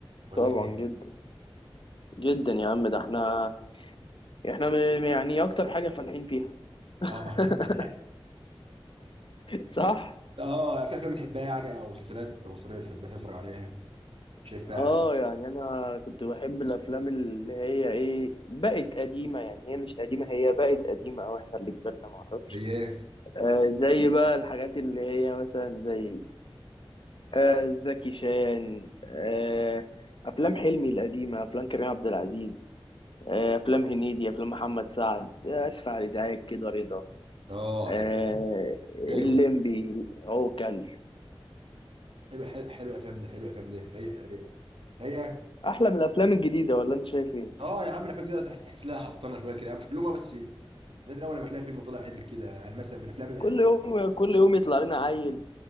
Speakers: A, on the right; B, on the left.
A: ولا
B: طبعا
A: ايه؟
B: جدا جدا يا عم ده احنا احنا م- يعني اكتر حاجة فالحين فيها <laughs>
A: اه <laughs>
B: صح
A: اه في افلام بتحبها يعني او مسلسلات مصريه بتحبها تتفرج عليها شايفها
B: اه يعني انا كنت بحب الافلام اللي هي ايه بقت قديمة يعني هي مش قديمة هي بقت قديمة او احنا اللي كبرنا معرفش
A: زي ايه؟
B: آه زي بقى الحاجات اللي هي مثلا زي آه زكي شان آه افلام حلمي القديمه افلام كريم عبد العزيز آه افلام هنيدي افلام محمد سعد آه اسف على الازعاج كده رضا
A: اه
B: آه
A: الافلام حلوه
B: الليمبي عوكل
A: حلوه حلوه حلوه الافلام دي حلوه الافلام دي رايقه رايقه رايقه
B: احلى من الافلام الجديده ولا انت شايف ايه
A: اه يا عم الافلام كده تحس تحس لها هبطانه شويه كده يعني، مش كلهم بس نادر اول لما تلاقي فيلم طلع عدل كده يعني مثلا من الافلام
B: كل يوم كل يوم يطلع لنا عيل